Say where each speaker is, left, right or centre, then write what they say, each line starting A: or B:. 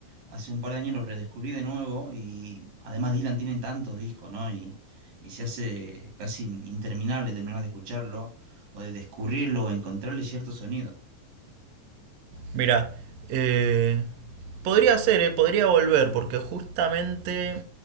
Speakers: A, on the right; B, on the right.
A: hace un par de años lo redescubrí de nuevo y además Dylan tiene tantos discos, ¿no? Y, y se hace casi interminable terminar de escucharlo o de descubrirlo o encontrarle cierto sonido.
B: Mira, eh, podría ser, eh, podría volver, porque justamente,